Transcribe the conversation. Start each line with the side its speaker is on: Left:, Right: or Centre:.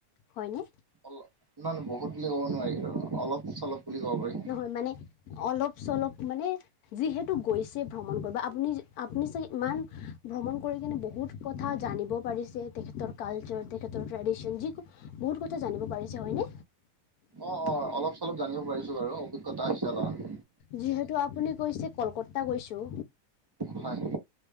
Left: হয় নে?
Right: অল- না নহয়। বহুত বুলি ক'ব নোৱাৰি আৰু অলপ- চলপ বুলি ক'ব পাৰি।
Left: হয়, মানে অলপ-চলপ মানে যিহেতু গৈছে ভ্ৰমণ কৰিব। আপুনি আপুনি ছাগে ইমান ভ্ৰমণ কৰি কেনে বহুত কথা জানিব পাৰিছে। তেখেতৰ কালচাৰ, তেখেতৰ ট্ৰেদিছন, যিকোনো বহুত কথা জানিব পাৰিছে। হয়নে?
Right: অঁ অঁ অলপ-চলপ জানিব পাৰিছো বাৰু। অভিজ্ঞতা হৈছে অলপ।
Left: যিহেতু আপুনি কৈছে, কলকতা গৈছোঁ।
Right: হয়।